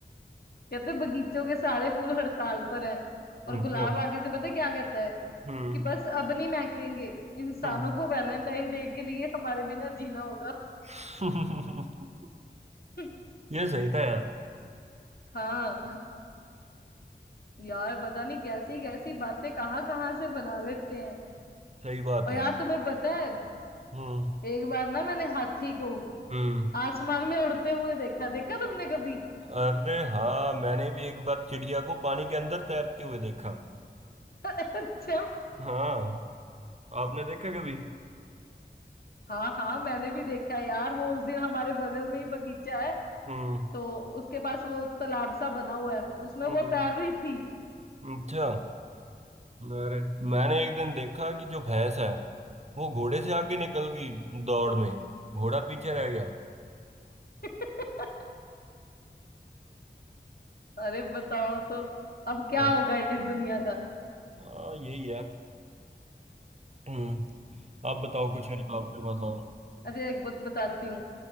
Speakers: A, on the left; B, on the right.
A: कहते बगीचों के सारे फूल हड़ताल पर हैं और
B: क्या
A: गुलाब आगे से पता है क्या कहता है
B: हम्म
A: कि बस अब नहीं महकेंगे इंसानों
B: हम्म
A: को वैलेंटाइन डे के लिए हमारे बिना जीना होगा
B: <laughs>
A: <laughs>
B: ये सही था यार
A: हाँ यार पता नहीं कैसी कैसी बातें कहाँ कहाँ से बना लेते हैं
B: सही बात
A: और
B: है
A: यार तुम्हें पता है
B: हम्म
A: एक बार ना मैंने हाथी को
B: हम्म
A: आसमान में उड़ते हुए देखा देखा तुमने कभी
B: अरे हाँ मैंने भी एक बार चिड़िया को पानी के अंदर तैरते हुए देखा
A: <laughs> अच्छा
B: हाँ आपने देखा कभी
A: हाँ हाँ मैंने भी देखा है यार वो उस दिन हमारे बगल में ही बगीचा है
B: हम्म
A: तो उसके पास वो तालाब सा बना हुआ है उसमें
B: हम्म
A: वो तैर रही थी
B: अच्छा अरे मैंने एक दिन देखा कि जो भैंस है वो घोड़े से आगे निकल गई दौड़ में घोड़ा पीछे रह गया
A: <laughs> अरे बताओ तो अब क्या
B: यार,
A: होगा इस दुनिया का
B: हाँ यही है हम्म आप बताओ कुछ है तो आपके पास और
A: अच्छा एक बात बताती हूँ